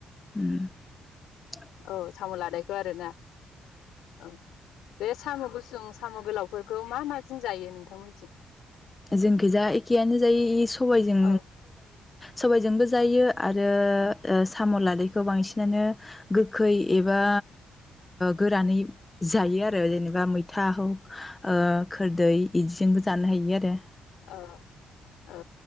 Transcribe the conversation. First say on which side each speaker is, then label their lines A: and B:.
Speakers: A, on the left; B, on the left.
A: उम्म ।
B: औ साम लादाय । खोरोना औ बे साम' गुसु जों साम' गोलावफोरखौ मा मा जों जायो नोंथांमोनथिं?
A: जोंखि जा एखेयानो जायो इ सबजों
B: औ
A: सबायजोंबो जायो । आरो साम' लादायखौ बांसिनानो गोखै एबा गोरानै जायो आरो जेनेबा मैथा हक ओ खोरदै बिदिजोंबो जानो हायो आरो
B: अ-अ